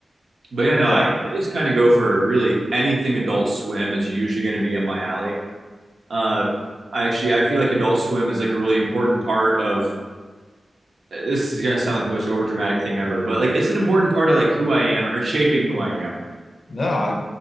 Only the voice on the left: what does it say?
yeah
No, I,